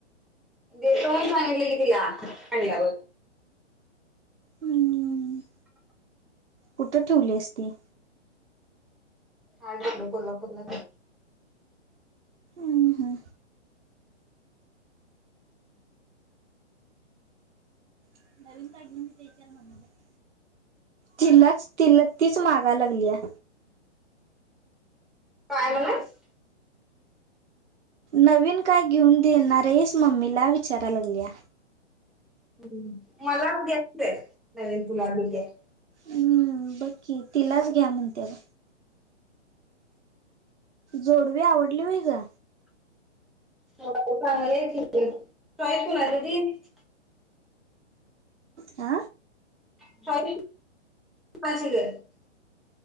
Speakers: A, in the centre; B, on the right.
A: देतो सांगितले की तिला आणांल्यावर
B: हम कुठ ठेवली असती
A: हा झाल कोल्हापूरला
B: आम् हम <unintelligible> तिल्लाच तिल्ल तीच मगा लागलीया.
A: काय <unintelligible>
B: नवीन काय घेऊन देणार आहेस मम्मीला विचारा लागलीया.
A: ह् मलाच घेतलेत नवीन तुला भी घ्या -
B: हम्म बकी तिलाच घ्या म्हणते जोडवी आवडली होय ग
A: हो चांगले ठीक आहे चॉईस <unintelligible>
B: आ
A: <unintelligible>